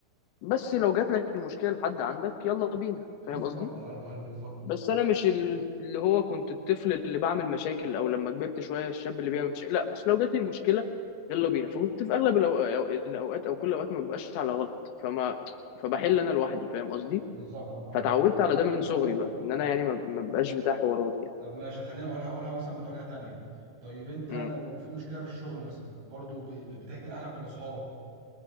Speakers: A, on the left; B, on the right.
A: بس لو جات لك المشكلة لحد عندك يلا بينا فاهم
B: بالظبط
A: قصدي؟
B: ايوه ايوه بالظبط
A: بس أنا مش ال- اللي هو كنت الطفل اللي بعمل مشاكل أو لما كبرت شوية الشاب اللي بيعمل مشاكل لا بس لو جات لي المشكلة يلا بينا فكنت في أغلب الأو... الأو- الأوقات أو كل الأوقات ما ببقاش على غلط فما فبحل أنا لوحدي فاهم قصدي؟
B: بالظبط انا عارف.
A: فتعودت على ده من صغري
B: خليني
A: بقى
B: طب
A: إن أنا
B: طب
A: يعني ما ما ببقاش بتاع حوارات
B: طب ماشي خليني اقولها اقولها مثلا بطريقه تانيه طيب انت
A: يعني
B: لو في مشكله في الشغل مثلا برضو ب- ب- بتحكي لاهلك ولا اصحابك